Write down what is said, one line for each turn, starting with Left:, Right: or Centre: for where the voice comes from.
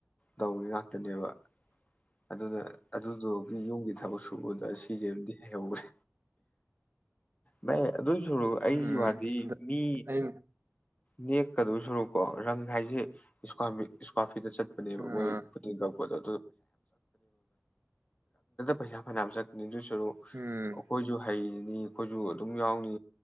Left: ꯇꯧꯏ ꯉꯥꯛꯇꯅꯦꯕ ꯑꯗꯨꯅ ꯑꯗꯨꯗꯨꯣ ꯌꯨꯝꯒꯤ ꯊꯕꯛ ꯁꯨꯕꯗ ꯁꯤꯖꯗꯤ ꯍꯩꯍꯧꯈ꯭ꯔꯦ ꯃ ꯑꯗꯨꯏ ꯁꯔ ꯑꯩꯒꯤ
Right: ꯎꯝ
Left: ꯋꯥꯗꯤ ꯃꯤ
Right: ꯑꯩ
Left: ꯅꯦꯛꯀꯗꯧ ꯁꯔꯨꯀꯣ ꯔꯪ ꯍꯥꯏꯁꯦ ꯏꯁ ꯏꯁꯀ ꯍꯦꯛꯇ ꯆꯠꯄꯅꯦꯕ
Right: ꯑꯥ
Left: ꯃꯣꯏ ꯄ ꯅꯤꯕꯗ ꯄꯩꯁꯥ ꯐꯅꯕ ꯆꯠꯅꯤꯁꯨ ꯁ ꯑꯩꯈꯣꯏꯁꯨ
Right: ꯎꯝ
Left: ꯍꯩ ꯅꯤ ꯑꯩꯈꯣꯏꯁꯨ ꯑꯗꯨꯝ ꯌꯥꯎꯅꯤ